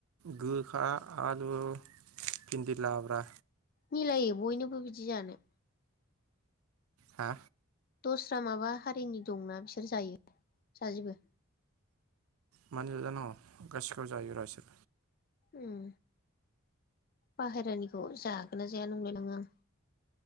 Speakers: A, on the right; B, on the left.
A: गोखा आलु भिन्दि लाब्रा।
B: मिलायो बयनोबो बिदि जानो।
A: हा?
B: दस्रा माबा हारिनि दंना बिसोर जायो जाजोबो?
A: मानो जानांगौ गासिखौबो जायो र' इसोर
B: उम बाहेरानिखौ जागोन ना जाया नोंलाय लाङो आं।